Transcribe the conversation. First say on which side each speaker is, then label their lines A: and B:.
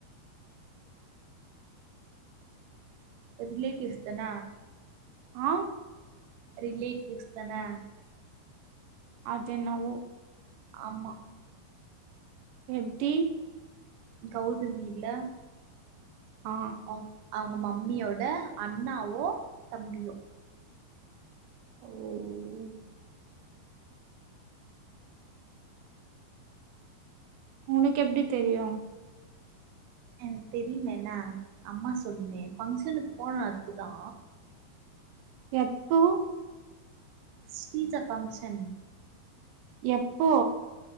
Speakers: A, on the right; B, on the right.
A: அ ரிலேட்டிவ்ஸ் தான
B: ஆ
A: ரிலேட்டிவ்ஸ்தன
B: அஜ்ஜென் நா வோ
A: அம்மா
B: எப்டி
A: கௌதமில
B: ஆ
A: அவ் அவ்ங்க மம்மியோட அண்ணாவோ தம்பியோ
B: <inaudible> உனக் எப்டி தெரியு
A: எனக் தெரிலேன்னா அம்மா சொல்லுமே ஃபங்க்ஷனுக் போன அதுக்குதா
B: எப்போ
A: ஸ்டீஜா ஃபங்ஷன்
B: எப்போ